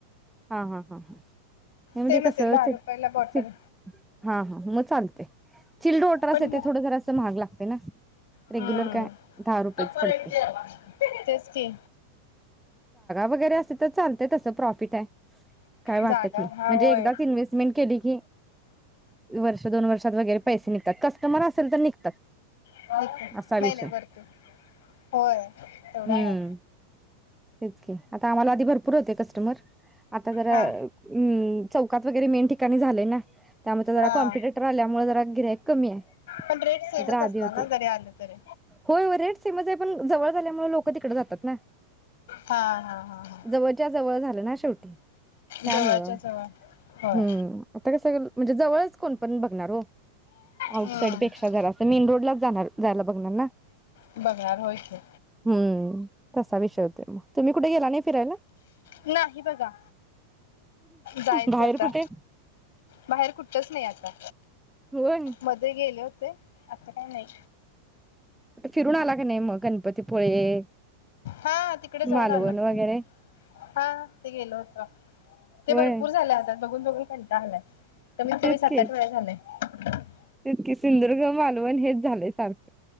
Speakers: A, in the centre; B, on the left.
A: हा हा हा हा. हे म्हणजे
B: सेमच
A: कस
B: आहे दहा
A: स
B: रुपयाला बॉटल
A: स हा हा मग चालते. चिल्ड वॉटर
B: पण
A: असतं ते थोडं जरासं महाग लागतंय ना? रेग्युलर
B: हम्म.
A: काय? दहा रुपयेच
B: टप्पर
A: पडते.
B: एक जेवा. तेच की
A: वगैरे असे तर चालतय तसं प्रॉफिट आहे. काय वाटत
B: जागा
A: नाही
B: हा
A: म्हणजे
B: होय.
A: एकदाच इन्व्हेस्टमेंट केली कि- वर्ष दोन वर्षात वगैरे पैसे निघतात कस्टमर असेल तर निघतात.
B: नाही
A: असा विषय.
B: नाही वरती होय तेवढा
A: हम्
B: आहे
A: <unintelligible> आता आम्हाला आधी भरपूर होते कस्टमर- आता जरा
B: हा.
A: अ चौकात वगैरे मेन ठिकाणी झालय ना, त्यामुळे आमचं
B: हा
A: जरा कॉमपिटेटर आल्यामुळे जरा गिऱ्हाईक कमी आहे.
B: पण रेट सेमच
A: नाहीतर आधी
B: असणार
A: होते.
B: ना जरी आले तरी
A: होय हो रेट सेमच आहे पण जवळ झाल्यामुळे लो - तिकडे जातात ना.
B: हा हा हा हा.
A: जवळच्या जवळ झालं ना शेवटी. त्यामुळं
B: जवळच्या
A: -हम्म
B: जवळ होय
A: -आता काय सगळ- म्हणजे जवळच कोण पण बघ- <unintelligible> आउटसाईडपेक्षा
B: हम्म
A: जरा - तर मेन रोड लाच जाणार, जायला बघणार ना?
B: बघणार होय की.
A: हम्म तसा विषय होतोय. म तुम्ही कुठे गेला आनी फिरायला?
B: नाही बघा. जायचं
A: बाहेर
B: आता,
A: कुठे
B: बाहेर कुठच नाही आता,
A: होय
B: मध्ये गेले होते. असं काही नाही.
A: आता फिरून आला का नाही मग गणपतीपुळे-
B: हा- तिकडे जाऊन
A: मालवण
B: आलो
A: वगैरे
B: की, हा ते गेलो होतो -ते
A: होय
B: भरपूर झाले आता. बघुन बघुन कंटाळा आलाय. कमीत
A: तेच
B: कमी सात,
A: की
B: आठ वेळा झालयं. <inaudible>
A: तेच की, सिंधुदुर्ग, मालवण हेच झालय. सारखं